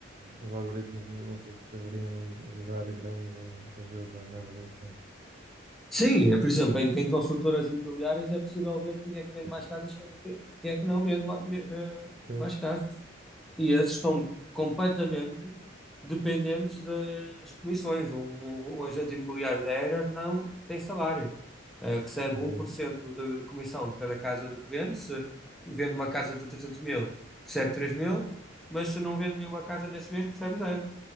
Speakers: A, on the right; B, in the centre.
A: os algoritmos não não sei se saberiam de dar grande ajuda na avaliação.
B: sim, é, por exemplo, em, em consultoras imobiliárias é possível ver quem é que vende
A: <laughs>
B: mais casas, quem, quem é que não vende ma- me- eh,
A: Sim,
B: mais casas. E esses estão completamente dependentes das comissões. Um, um- um agente imobiliário da Era não tem salário. Eh, recebe
A: exato.
B: 1% de, da da comissão de cada casa de que vende. Se vende uma casa de trezentos mil, recebe três mil, mas se não vende nenhuma casa nesse mês, recebe zero.